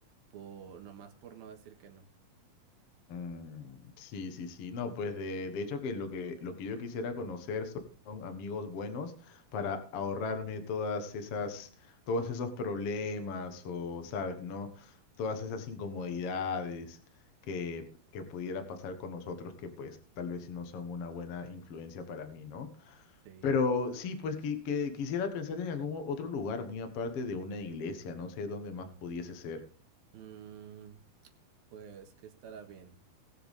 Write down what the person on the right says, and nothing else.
por, nomás por no decir que no.
Sí.
Mm, pues que estará bien.